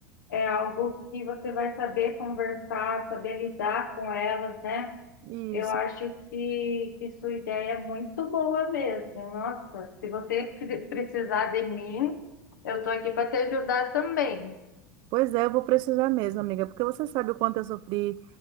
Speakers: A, on the left; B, on the right.
A: é algo que você vai saber conversar, saber lidar com elas, né?
B: isso.
A: Eu acho que, que sua ideia é muito boa mesmo. Nossa, se você pre- precisar de mim, eu estou aqui para te ajudar também.
B: Pois é, eu vou precisar mesmo, amiga, porque você sabe o quanto eu sofri